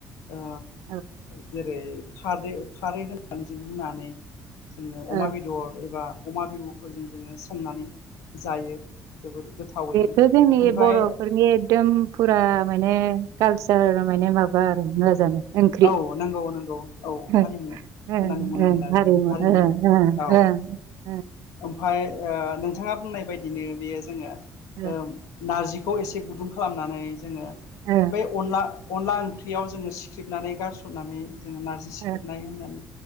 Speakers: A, on the left; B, on the right.
A: ओ
B: औ
A: जेरै खारै खारै होनानै जों रुनानै जोंङो
B: ओ
A: अमा बेदर एबा अमा बिहुफोरजों जोङो संनानै जायो जोबोर गोथावैनो
B: बेथ' जोंनि
A: ओमफ्राय
B: बर'फोरनि एकदम फुरा माने कालसार माने माबा आरो नङा जानो? ओंख्रि
A: औ नंगौ नंगौ औ हारिमु
B: ओं
A: होननानै बुंनांगोन
B: ओं
A: आरो
B: हारिमु
A: जों हारिमुआव
B: ओं ओं ओं
A: औ। ओमफाय ओ नोंथाङा बुंनाय बायदिनो बेयो जोङो
B: ओं
A: ओम नारजिखौ एसे गुदुं खालामनानै जोङो
B: ओं
A: बै अनला अनला ओंख्रियाव जोङो सिख्रिबनानै गारसननानै जोङो नार जि सिखोबनाय
B: ओं
A: होननानै